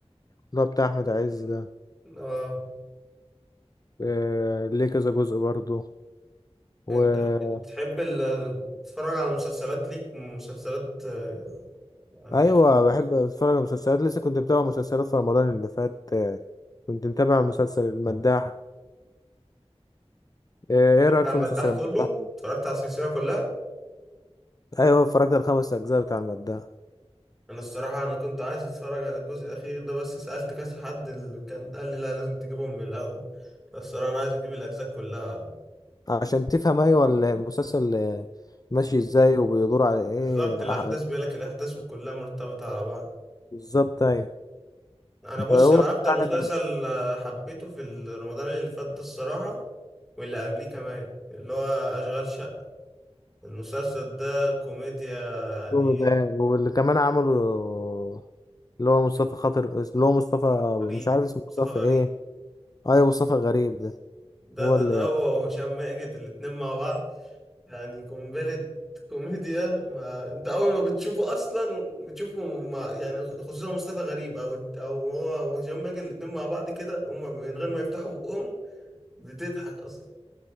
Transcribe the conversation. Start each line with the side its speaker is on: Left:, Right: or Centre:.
Left: اللي هو بتاع أحمد عز ده
Centre: اه
Left: آه، ليه كذا جزء برضو و
Centre: انت بتحب ال- تتفرج على مسلسلات ليك مسلسلات آه، يعني
Left: أيوة بحب أتفرج على مسلسلات لسه كنت متابع مسلسلات في رمضان اللي فات آه، كنت متابع مسلسل المداح آه، إيه رأيك
Centre: بتاع
Left: في
Centre: المداح
Left: مسلسل المداح؟
Centre: كله اتفرجت على السلسلة كلها
Left: أيوة اتفرجت على الخمس أجزاء بتاع المداح
Centre: انا الصراحة انا كنت عايز اتفرج على الجزء الاخير ده بس سألت كذا حد اللي كان قال لي لا لازم تجيبهم من الاول بس الصراحة انا عايز اجيب الاجزاء كلها
Left: عشان تفهم أيوة ال- المسلسل آه، ماشي إزاي وبيدور على إيه
Centre: بالظبط الأحداث
Left: آه،
Centre: بيقول لك الأحداث كلها مرتبطة على بعض
Left: بالظبط أيوة
Centre: أنا بص
Left: هو
Centre: أنا
Left: بتاعنا
Centre: أكتر مسلسل
Left: كان
Centre: آه، حبيته في رمضان اللي فات ده الصراحة واللي قبليه كمان اللي هو أشغال شقة المسلسل ده كوميديا يعني
Left: دومي ده واللي كمان عملوا اللي هو مصطفى خاطر اللي هو مصطفى
Centre: غريب
Left: مش عارف اسمه مصطفى
Centre: مصطفى غريب
Left: ايه ايوه مصطفى غريب ده
Centre: ده
Left: هو
Centre: ده,
Left: اللي
Centre: ده هو وهشام ماجد الاتنين مع بعض يعني قنبلة كوميديا ما أنت أول ما بتشوفه أصلا بتشوفه مع يعني خصوصا مصطفى غريب أو أو هو وهشام ماجد الاتنين مع بعض كده هما من غير ما يفتحوا بقهم بتضحك اصلا